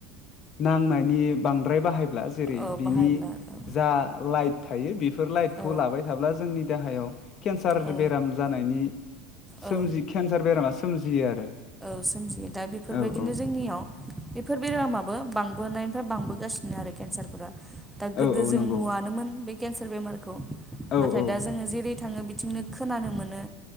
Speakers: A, on the left; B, in the centre.
A: नांनायनि बांद्राय बाहाय ब्ला जेरै
B: औ
A: बिनि
B: बाहायब्ला
A: जा लाइट थायो बेफोर लाइटखौ
B: औ
A: लाबाय थाब्ला जोंनि देहायाव केन्सार
B: औ
A: बेराम जानायनि
B: औ
A: सोमजि केन्सार बेरामा सोमजियो आरो
B: सोमजियो दा बेफोरो
A: औ
B: बेबायदिनो
A: औ
B: जोंनियाव बेफोर बेरामाबो बांबोनायनिफ्राय बांबोगासिनो आरो केन्सारफोरा दा गोदो
A: औ औ
B: जों
A: नंगौ
B: नुआानोमोन बे केन्सार बेमारखौ
A: औ
B: नाथाय
A: औ
B: दा जोङो जेरै थाङो बिथिंनो खोनानो मोनो